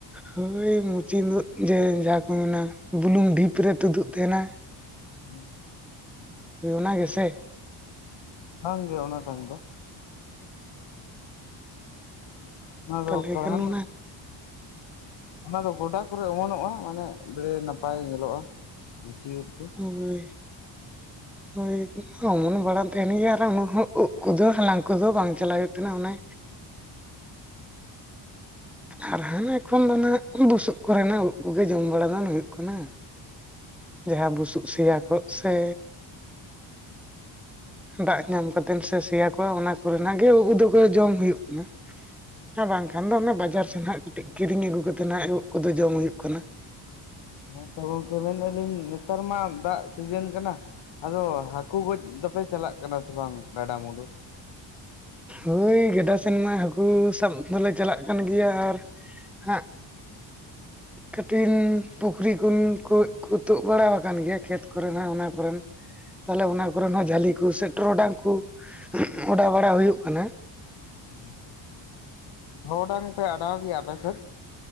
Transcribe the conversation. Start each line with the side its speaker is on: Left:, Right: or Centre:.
Centre: ᱦᱳᱭ ᱢᱩᱪᱤ ᱩᱫ ᱡᱮ ᱡᱟᱦᱟᱸ ᱠᱚ ᱢᱮᱱᱟ, ᱵᱩᱞᱩᱝ ᱰᱷᱤᱯ ᱨᱮ ᱛᱩᱫᱩᱜ ᱛᱟᱦᱮᱸᱱᱟ᱾
Left: ᱦᱩᱸ᱾
Centre: <unintelligible> ᱚᱱᱟ ᱜᱮᱥᱮ᱾
Left: ᱵᱟᱝ ᱜᱮ ᱚᱱᱟ ᱴᱟᱝ ᱫᱚ ᱟᱫᱚᱠᱟ
Centre: ᱛᱟᱦᱚᱞᱮ ᱠᱷᱟᱱ
Left: <inaudible> ᱦᱟᱱ
Centre: ᱚᱱᱟ
Left: ᱚᱱᱟ ᱫᱚ ᱜᱚᱰᱟ ᱠᱚᱨᱮ ᱚᱢᱚᱱᱚᱜᱼᱟ ᱢᱟᱱᱮ ᱵᱮᱲᱮ ᱱᱟᱯᱟᱭ ᱧᱮᱞᱚᱜᱼᱟ ᱢᱟᱹᱪᱤ ᱩᱫ ᱫᱚ᱾
Centre: ᱦᱳᱭ
Left: <inaudible>
Centre: ᱳᱭ ᱚᱢᱚᱱ ᱵᱟᱲᱟᱱ ᱛᱟᱦᱮᱱ ᱜᱮᱭᱟ ᱟᱨ ᱩᱱᱟᱹ ᱩᱵ ᱠᱚᱫᱚ ᱦᱟᱞᱟᱝ ᱠᱚᱫᱚ ᱵᱟᱝ ᱪᱟᱞᱟᱜ ᱦᱩᱭᱩᱜ ᱛᱟᱦᱮ ᱚᱱᱮ ᱟᱨ ᱦᱟᱱᱮ ᱠᱷᱚᱱ ᱫᱚ ᱱᱟᱜ ᱵᱩᱥᱩᱵ ᱠᱚᱨᱮᱱᱟᱜ ᱩᱵ ᱠᱚᱜᱮ ᱡᱚᱢ ᱵᱟᱲᱟ ᱫᱚ ᱦᱩᱭᱩᱜ ᱠᱟᱱᱟ᱾ ᱡᱟᱦᱟᱸ ᱵᱩᱥᱩᱵ ᱥᱮᱭᱟ ᱠᱚᱜ ᱥᱮ ᱫᱟᱜ ᱧᱟᱢ ᱠᱟᱛᱮᱫ ᱥᱮ ᱥᱮᱭᱟ ᱠᱚᱣᱟ ᱚᱱᱟ ᱠᱚᱨᱮᱱᱟᱜ ᱜᱮ ᱩᱵ ᱫᱚᱠᱚ ᱡᱚᱢ ᱦᱩᱭᱩᱜ ᱠᱟᱱᱟ᱾ ᱦᱮᱸ ᱵᱟᱝᱠᱷᱟᱱ ᱫᱚ ᱚᱱᱮ ᱵᱟᱡᱟᱨ ᱥᱮᱫᱱᱟᱜ ᱠᱟᱹᱴᱤᱡ ᱠᱤᱨᱤᱧ ᱟᱹᱜᱩ ᱠᱟᱛᱮᱜ ᱱᱟᱜ ᱮᱵ ᱠᱚᱫᱚ ᱡᱚᱢ ᱦᱩᱭᱩᱜ ᱠᱟᱱᱟ᱾
Left: ᱦᱮᱸᱛᱚ ᱜᱚᱝᱠᱮ ᱢᱮᱱᱮᱫᱼᱟ ᱞᱤᱧ ᱱᱮᱛᱟᱨ ᱢᱟ ᱫᱟᱜ ᱥᱤᱡᱮᱱ ᱠᱟᱱᱟ᱾ ᱟᱫᱚ ᱦᱟᱹᱠᱩ ᱜᱚᱡ ᱫᱚᱯᱮ ᱪᱟᱞᱟᱜ ᱠᱟᱱᱟ ᱥᱮ ᱵᱟᱝ ᱜᱟᱰᱟ ᱢᱩᱸᱰᱩ᱾
Centre: ᱦᱳᱭ ᱜᱟᱰᱟ ᱥᱮᱱ ᱢᱟ ᱦᱟᱹᱠᱩ ᱥᱟᱵ ᱫᱚᱞᱮ ᱪᱟᱞᱟᱜ ᱠᱟᱱ ᱜᱮᱭᱟ ᱟᱨ ᱦᱟᱸᱜ
Left: <inaudible>
Centre: ᱠᱟᱹᱴᱤᱱ ᱯᱩᱠᱷᱨᱤ ᱠᱷᱚᱱ ᱠᱚ ᱠᱚ ᱛᱩᱫ ᱵᱟᱲᱟ ᱟᱠᱟᱱ ᱜᱮᱭᱟ ᱠᱷᱮᱛ ᱠᱚᱨᱮ ᱦᱚᱸ ᱚᱱᱟ ᱠᱚᱨᱮᱱ ᱛᱟᱦᱞᱮ ᱚᱱᱟ ᱠᱚᱨᱮᱱ ᱦᱚᱸ ᱡᱷᱟᱹᱞᱤ ᱠᱚ ᱥᱮ ᱴᱚᱨᱚᱰᱟᱝ ᱠᱚ ᱚᱰᱟᱣ ᱵᱟᱲᱟ ᱦᱩᱭᱩᱜ ᱠᱟᱱᱟ᱾
Left: <unintelligible> <unintelligible> ᱰᱟᱝ ᱯᱮ ᱟᱰᱟᱟᱣ ᱜᱮᱭᱟᱯᱮ ᱥᱮᱫ?